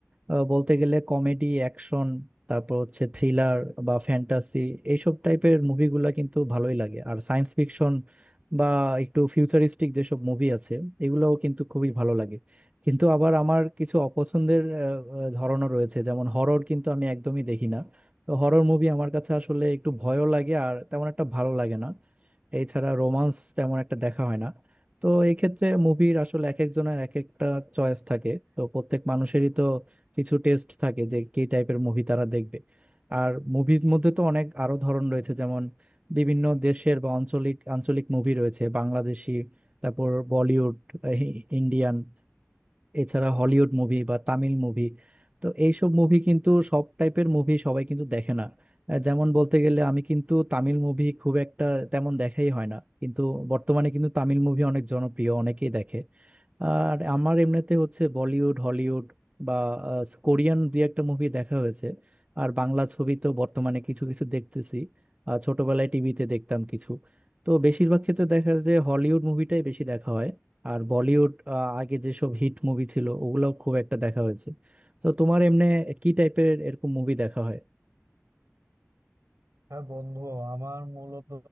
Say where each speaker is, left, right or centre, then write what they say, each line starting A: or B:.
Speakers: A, on the right; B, on the right.
A: আহ, বলতে গেলে কমেডি অ্যাকশন তারপর হচ্ছে থ্রিলার বা ফ্যান্টাসি এইসব টাইপের মুভিগুলা কিন্তু ভালোই লাগে আর সায়েন্স ফিকশন বা একটু ফিউচারিস্টিক যেসব মুভি আছে এগুলোও কিন্তু খুবই ভালো লাগে কিন্তু আবার আমার কিছু অপছন্দের আহ, আহ, ধরনও রয়েছে যেমন হরর কিন্তু আমি একদমই দেখি না তো হরর মুভি আমার কাছে আসলে একটু ভয়ও লাগে আর তেমন একটা ভালো লাগে না এছাড়া রোমান্স তেমন একটা দেখা হয় না তো এক্ষেত্রে মুভির আসলে এক একজনের এক একটা চয়েস থাকে তো প্রত্যেক মানুষেরই তো কিছু টেস্ট থাকে যে কি টাইপের মুভি তারা দেখবে আর মুভির মধ্যে তো অনেক আরো ধরন রয়েছে যেমন বিভিন্ন দেশের বা আঞ্চলিক আঞ্চলিক মুভি রয়েছে বাংলাদেশি তারপর বলিউড ইন্ডিয়ান এছাড়া হলিউড মুভি বা তামিল মুভি তো এইসব মুভি কিন্তু সব টাইপের মুভি সবাই কিন্তু দেখে না আহ, যেমন বলতে গেলে আমি কিন্তু তামিল মুভি খুব একটা তেমন দেখাই হয় না কিন্তু বর্তমানে কিন্তু তামিল মুভি অনেক জনপ্রিয় অনেকেই দেখে আর আমার এমনিতে হচ্ছে বলিউড হলিউড বা আহ, কোরিয়ান দুই একটা মুভি দেখা হয়েছে আর বাংলা ছবি তো বর্তমানে কিছু কিছু দেখতেছি আর ছোটবেলায় টিভিতে দেখতাম কিছু তো বেশিরভাগ ক্ষেত্রে দেখা যায় যে হলিউড মুভিটাই বেশি দেখা হয় আর বলিউড আহ, আগে যেসব হিট মুভি ছিল ওগুলোও খুব একটা দেখা হয়েছে তো তোমার এমনি কি টাইপের এরকম মুভি দেখা হয়
B: হ্যাঁ বন্ধু আমার মূলত